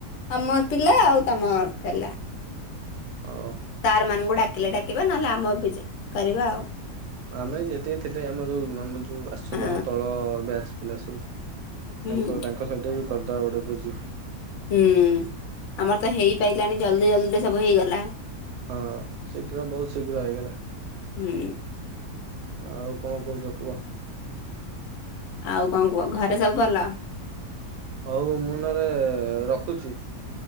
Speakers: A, on the left; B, on the right.
A: ଆମ ପିଲା ଆଉ ତମ ପିଲା
B: ଅ
A: ସାର୍ ମାନଙ୍କୁ ଡାକିଲେ ଡାକିବା ନହେଲେ ଆମେ ବି କରିବା ଆଉ
B: ଆମେ ଯେତିକି ଥିଲେ ଆମ ଯୋଉ ଆମ ଯୋଉ ଆସିଛନ୍ତି
A: ହଁ
B: ଆମ ତଳ ବ୍ୟାଚ୍ ପିଲା ସବୁ
A: ହୁଁ
B: ତାଙ୍କ ତାଙ୍କ ସହିତ ବି କରିଦବା ଗୋଟେ ଭୋଜି।
A: ହୁଁ ଆମର ତ ହେଇପାରିଲାନି ଜଲଦି ଜଲଦିରେ ସବୁ ହେଇଗଲା।
B: ହଁ ଶୀଘ୍ର ବହୁତ ଶୀଘ୍ର ହେଇଗଲା।
A: ହୁଁ
B: ଆଉ କଣ କହୁଛ କୁହ?
A: ଆଉ କଣ କୁହ ଘରେ ସବୁ ଭଲ?
B: ହଉ ମୁଁ ନହେଲେ ରଖୁଛି।